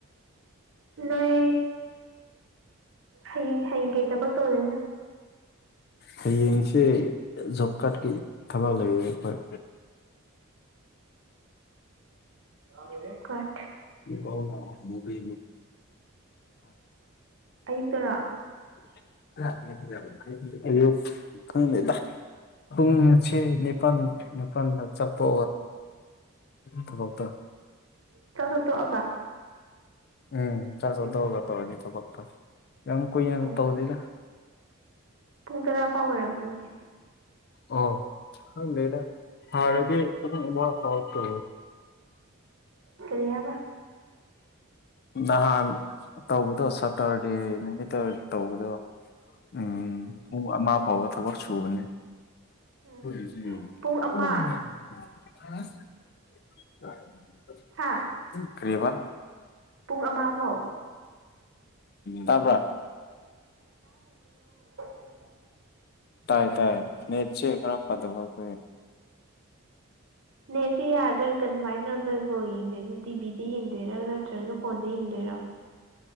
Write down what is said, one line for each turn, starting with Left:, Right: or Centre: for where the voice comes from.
Right: ꯅꯣꯏ ꯍꯌꯦꯡ ꯍꯌꯦꯡ ꯀꯩ ꯊꯕꯛ ꯇꯧꯗꯣꯏꯅꯦ
Left: ꯍꯌꯦꯡꯁꯦ ꯖꯣꯕ ꯀꯥꯠꯀꯤ ꯊꯕꯛ ꯂꯩꯌꯦ ꯑꯩꯈꯣꯏ
Right: ꯎꯝ
Left: ꯀꯥꯎ ꯃꯨꯕꯤ
Right: ꯑꯌꯨꯛ ꯇꯔꯣ
Left: <inaudible> ꯎ ꯉꯁꯤ ꯅꯤꯄꯥꯟ ꯃꯄꯥꯟꯗ ꯆꯄ ꯊꯕꯛꯇꯣ
Right: ꯆꯥꯕ ꯇꯣꯛꯑꯒ
Left: ꯎꯝ ꯆꯥꯛ ꯆꯊꯣꯛꯑꯒ ꯇꯧꯂꯅꯤ ꯊꯕꯛꯇꯣ ꯌꯥꯝ ꯀꯨꯏꯅ ꯑꯗꯨ
Right: ꯎꯝ
Left: ꯇꯧꯗꯦꯗ
Right: ꯄꯨꯡ ꯇꯔꯥ ꯐꯥꯎ ꯑꯣꯏꯔꯝꯅꯤꯌꯦ
Left: ꯑꯣ ꯪ ꯍꯔꯗꯤ ꯐꯋꯥꯔꯠꯇ
Right: ꯀꯔꯤꯌꯥꯕ
Left: ꯅꯍꯥꯟ ꯇꯧꯕꯗꯣ ꯁꯇꯔꯗꯦ ꯅꯨꯃꯤꯠꯇ ꯇꯧꯕꯗꯣ ꯎꯝ ꯃꯥ ꯄꯥꯎ ꯈꯕꯔꯁꯨꯨ ꯃꯅꯤ ꯁꯤ
Right: ꯎꯝ ꯄꯨꯡ ꯑꯃ ꯍꯥꯥ
Left: ꯑ ꯀ꯭ꯔꯦꯕ
Right: ꯄꯨꯡ ꯑꯃ ꯐꯥꯎ
Left: ꯇꯥꯕ꯭ꯔꯥ
Right: ꯊ
Left: ꯇꯥꯏ ꯇꯥꯏ ꯅꯠꯁꯤ ꯈꯔ ꯐꯠꯇ ꯐ ꯍ
Right: ꯑꯦ ꯁꯤ ꯌꯥꯗ꯭ꯔꯥ ꯀꯃꯥꯏꯅ ꯅꯣꯏꯕꯨꯣ ꯌꯦꯡꯗꯣꯏꯅꯣ ꯇꯤꯚꯤꯗꯤ ꯌꯦꯡꯗꯣꯏꯔ ꯅꯠꯇ꯭ꯔꯒ ꯐꯣꯟ ꯗꯦꯔꯥ